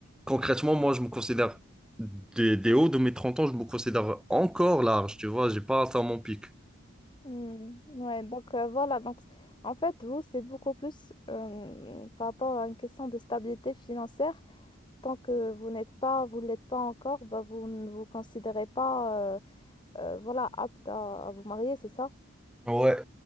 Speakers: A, in the centre; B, on the left (about 20°).
A: concrètement, moi, je me considère des, des hauts de mes 30 ans, je me considère encore large, tu vois, j'ai pas atteint mon pic.
B: Hmm, Ouais, donc euh, voilà, donc c- en fait, vous, c'est beaucoup plus euh, par rapport à une question de stabilité financière. Tant que vous n'êtes pas, vous ne l'êtes pas encore, bah, vous ne vous considérez pas euh, euh, voilà, apte à, à vous marier, c'est ça?
A: Ouais,